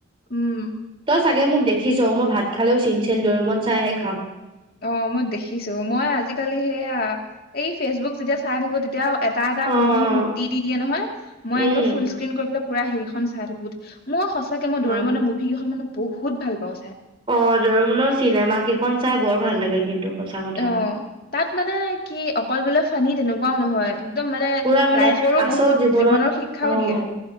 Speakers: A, on the left; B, on the right.
A: উম
B: ত চাগে মোক দেখিছ মই ভাত খালেও চিনচেন ডৰিমন চাইহে খাওঁ।
A: অ মই দেখিছোঁ, মই আজিকালি সেয়া এই ফেচবুক যেতিয়া চাই থাকো, তেতিয়া এটা এটা
B: অ অ',
A: মুভি দি দি দিয়ে নহয়, মই
B: উম
A: একদম ফুল স্ক্ৰন কৰি পেলাই পুৰা সেইখন চাই থাকো। মই সঁচাকে ডৰিমনে
B: অ
A: মুভি কেইখন মানে বহুত ভাল পাওঁ চাই।
B: অ দমনৰৰ চিনেমা কেইখন চাই বৰ ভাল লাগে কিন্তু। সঁচা কথা।
A: অ তাত মানে কি অকল বোলে ফানি তেনেকুৱা নহয়। একদম মানে
B: পুৰা মানে
A: লাইফৰো
B: আচল
A: বহুত
B: জীৱনত
A: জীৱনৰ শিক্ষাও
B: অঁ,
A: দিয়ে